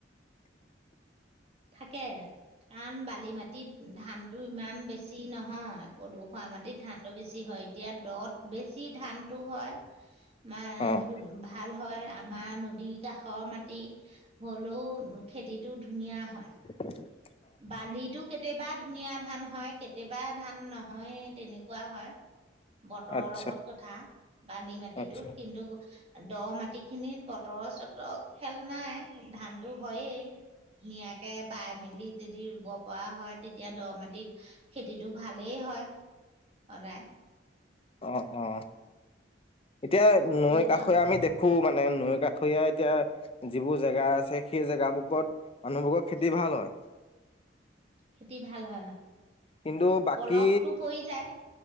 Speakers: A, on the right; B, on the left.
A: থাকে। কাৰণ বালি মাটিত ধানটো ইমান বেছি নহয়, পদুসুৱা মাটিত ধানটো বেছি হয়। এতিয়া দত বেছি ধানটো হয়। মা
B: অ',
A: ধ ভাল হয়, আমাৰ নদীৰ কাষৰ মাটি হ'লেও খেতিটো ধুনীয়া হয়।
B: <inaudible>
A: বালিটো কে তে বাদ ধুনীয়া ধান হয়, কেতিয়াবা ধান নহয়ে, তেনেকুৱা হয়। বতৰৰ
B: আচ্ছা,
A: লগত কথা বালি মাটিটোত
B: আচ্ছা,
A: কিন্তু দ মাটি খিনিত বতৰ চতৰ খেল নাই ধানতো হয়েই ধুনীয়াকে বাই মেলি যদি ৰুব পৰা হয়। তেতিয়া দ মাটিত খেতিটো ভালেই হয়। সদায়।
B: অ-অ এতিয়া
A: তেনেকুৱা
B: নৈৰ কাষৰে
A: কথা
B: আমি দেখো মানে নৈ কাষৰীয়া এতিয়া যিবোৰ জেগা আছে সেই জেগাবোৰত মানুহবোৰৰ খেতি ভাল হয়।
A: খেতি ভাল হয়।
B: কিন্তু বাকী
A: পলসটো পৰি যায়।